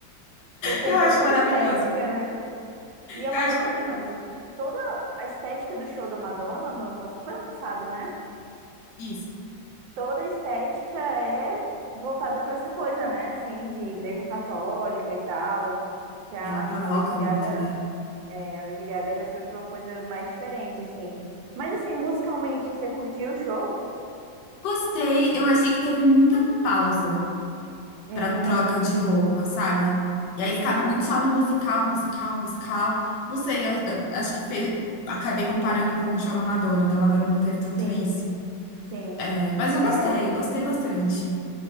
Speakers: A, on the right (about 85°); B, on the left (about 70°).
A: então tem
B: Eu acho
A: toda uma
B: maravilhoso.
A: estética, né? E a
B: Eu
A: Madonna
B: acho maravilhoso.
A: tem. a- o- Toda a estética do show da Madonna no ano passado, foi ano passado, né?
B: Isso.
A: Toda a estética é voltada para essa coisa, né? Assim, de igreja católica e tal. Já
B: Ela provoca
A: a Lady Gaga,
B: muito, né?
A: é, a Lady Gaga já foi para uma coisa mais diferente, assim. Mas assim, musicalmente, você curtiu o show?
B: Gostei, eu achei que teve muita pausa.
A: Hum,
B: pra troca de roupa, sabe? E aí
A: uhum,
B: ficava muito só no musical, musical, musical. Não sei, eu- eu acho que fe- acabei comparando com o show da Madonna. O Da Madonna não teve tanto
A: sim,
B: isso.
A: sim.
B: É, mas eu gostei,
A: É.
B: gostei bastante.